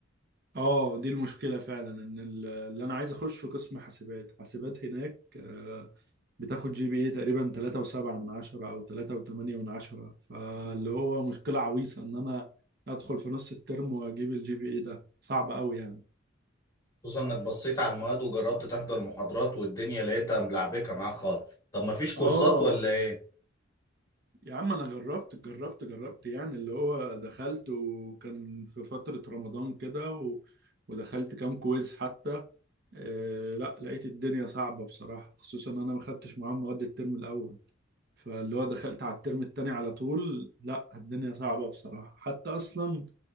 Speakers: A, on the right (about 55°); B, on the left (about 15°).
A: اه دي المشكلة فعلا ان ال- اللي انا عايز اخشه قسم حاسبات حاسبات هناك آه، بتاخد جي بي اي تقريبا 3.7 من عشرة او 3.8 من عشرة فاللي هو مشكلة عويصة ان انا ادخل في نص الترم واجيب الجي بي اي ده صعب قوي يعني
B: خصوصا انك بصيت على المواد وجربت تحضر محاضرات والدنيا لقيتها ملعبكة معاك خالص طب ما فيش كورسات
A: اه
B: ولا ايه
A: يا عم انا جربت جربت جربت يعني اللي هو دخلت وكان في فترة رمضان كده و... ودخلت كام كويز حتى آه لا لقيت الدنيا صعبة بصراحة خصوصا ان انا ما خدتش معاهم مواد الترم الاول فاللي هو دخلت على الترم التاني على طول لا الدنيا صعبة بصراحة حتى أصلا